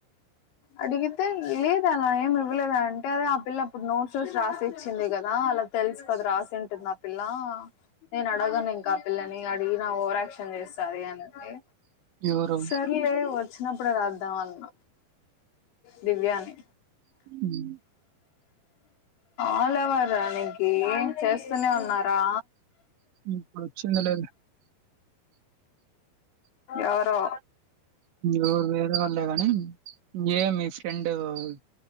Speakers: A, on the left; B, on the right.
A: అడిగితే లేదు అలా ఏమి ఇవ్వలేదు అంటే అదే ఆ పిల్ల అప్పుడు నోట్సస్ రాసి ఇచ్చింది కదా అలా తెలుసు కదా రాసింటుంది ఆ పిల్ల నేను అడగను ఇంకా ఆ పిల్లని అడిగినా ఓవరాక్షన్ చేస్తంది అనింది
B: ఎవరు
A: సర్లే వ వచ్చినప్పుడే రాద్దాం అన్న దివ్యాని
B: ఉమ్
A: ఆలేవర్ర నీకి చేస్తూనే ఉన్నారా
B: ఇప్పుడు వచ్చింది లెండి
A: ఎవరో
B: ఎవరు లేరు చాల్లే కాని ఏ మీ ఫ్రెండ్ <unintelligible>